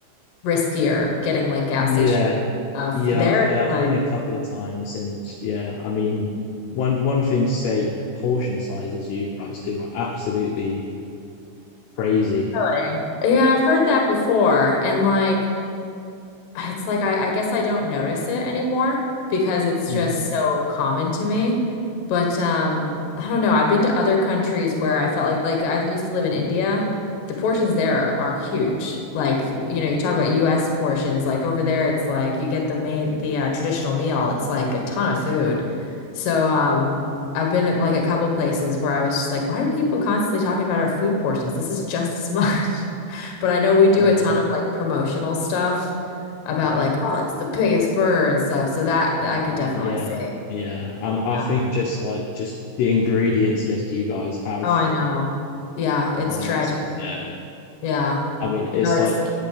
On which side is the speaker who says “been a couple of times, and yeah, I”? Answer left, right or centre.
Left